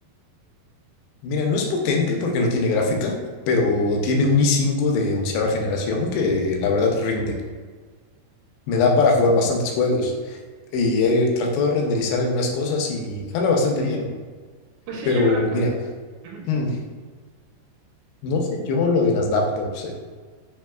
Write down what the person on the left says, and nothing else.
Mira, no es potente porque no tiene gráfica, pero tiene un i5 de onceava generación que la verdad rinde. Me da para jugar bastantes juegos y he tratado de renderizar algunas cosas y jala bastante bien.
Pero
mira,
hmm, no sé yo lo de las laptops. eh.